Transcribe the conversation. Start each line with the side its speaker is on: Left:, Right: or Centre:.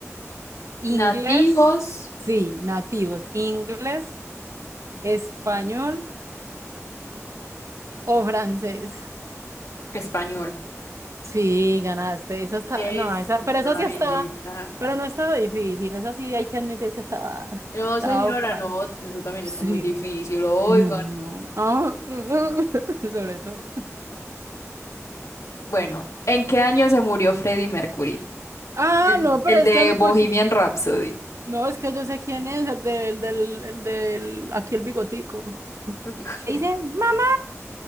Right: ¿Inglés?
Left: Nativos
Right: Sí, nativos. ¿Inglés, español o francés?
Left: español.
Right: Sí, ganaste. Esa está,
Left: Es
Right: no, esa, pero esa
Left: una
Right: sí estaba,
Left: belleza.
Right: pero no estaba difícil. Esa sí hay que admitir que estaba, <laughs>
Left: No,
Right: estaba
Left: señora,
Right: fácil.
Left: no, eso también
Right: Sí,
Left: está muy difícil. Oigan,
Right: no, no. Ah, <laughs> sobre todo.
Left: Bueno, ¿en qué año se murió Freddie Mercury?
Right: Ah,
Left: El,
Right: no, pero
Left: el
Right: es
Left: de
Right: que a mí
Left: Bohemian
Right: porque,
Left: Rhapsody.
Right: no, es que yo sé quién es, el del, del, el del, aquí el bigotico.
Left: <laughs>
Right: Dice, mamá.